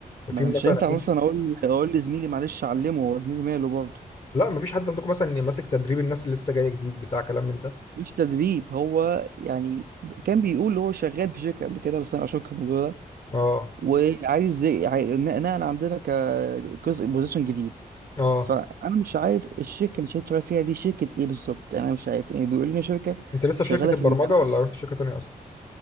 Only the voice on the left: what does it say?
في
مثلا
اكيد
لا مفيش حد عندكم مثلا إن ماسك تدريب الناس اللي لسه جايه جديد بتاع كلام من ده
اه
اه
انت لسه
في شركه
البرمجه
ولا رحت شركه تانيه اصلا؟